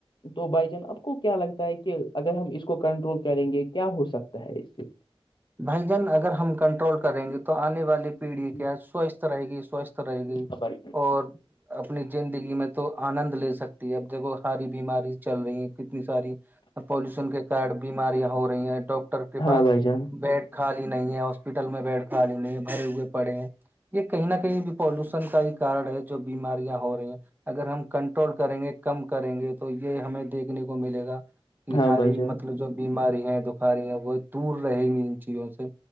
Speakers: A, on the left (about 50°); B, on the right (about 20°).
A: تو بھائی جان آپ کو کیا لگتا ہے کہ اگر ہم اس کو کنٹرول کریں گے کیا ہو سکتا ہے اس سے
B: بھائی جان اگر ہم کنٹرول کریں گے تو آنے والی پیڑھی
A: سے
B: کیا سوستھ رہے گئی سوستھ رہ گئی
A: خبر
B: اور اپنی زندگی میں تو آنند لے سکتی ہے اب جگ ساری بیماری چل رہی ہے کتنی ساری پولوشن کے کارڈ بیماریاں ہو رہی ہیں ڈاکٹر کے
A: ہاں
B: پاس
A: بھائی جان
B: بیڈ خالی نہیں ہے ہاسپٹل میں بیڈ خالی نہیں ہے بھرے ہوئے پڑے ہیں یہ کہیں نہ کہیں بھی پولوشن کا ہی کارن ہے جو بیماریاں ہو رہی ہیں اگر ہم کنٹرول کریں گے کم کریں گے تو یہ ہمیں دیکھنے کو ملے گا کی
A: ہاں
B: ہاری
A: بھائی جان
B: مطلب جو بیماری ہیں دخاری ہیں وہ دور رہیں گی چیزوں سے